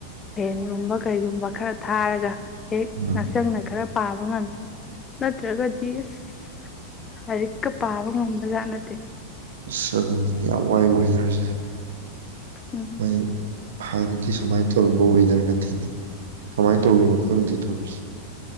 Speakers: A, on the left (about 20°); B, on the right (about 60°).
A: ꯐꯦꯟꯒꯨꯝꯕ ꯀꯩꯒꯨꯝꯕ ꯈꯔ ꯊꯥꯔꯒ ꯍꯦꯛ
B: ꯎꯝ
A: ꯉꯛꯁꯪꯅ ꯈꯔ ꯄꯥꯕ ꯉꯝ ꯅꯠꯇ꯭ꯔꯒꯗꯤ ꯑꯁ ꯂꯥꯏꯔꯤꯛꯀ ꯄꯥꯕ ꯉꯝꯕꯖꯥꯠ ꯅꯠꯇꯦ
B: ꯑꯁ ꯑꯗꯨꯅꯤ ꯌꯥꯝ ꯋꯥꯏ ꯋꯦꯗꯔꯁꯦ
A: ꯎꯝ
B: ꯍꯣꯏ ꯍꯥꯟꯅꯗꯤ ꯁꯨꯃꯥꯏꯅ ꯇꯧꯔꯝꯕ ꯋꯦꯗꯔ ꯅꯠꯇꯦꯅꯦ ꯀꯃꯥꯏꯅ ꯇꯧꯔꯤꯅꯣ ꯈꯪꯗꯦ ꯇꯧꯔꯤꯁꯦ